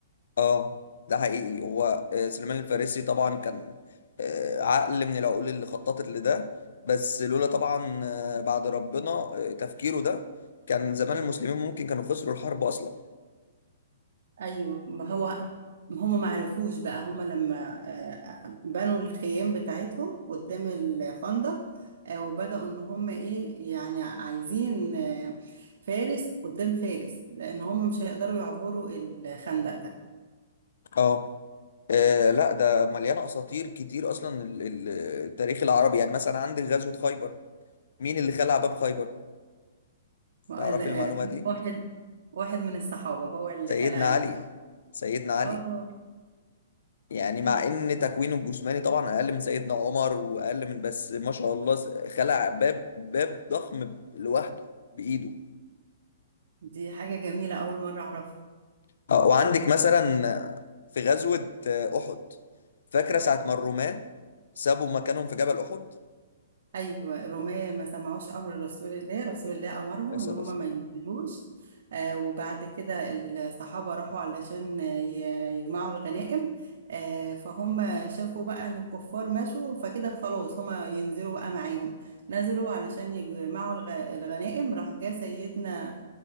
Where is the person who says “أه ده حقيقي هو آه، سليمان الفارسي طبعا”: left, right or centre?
Left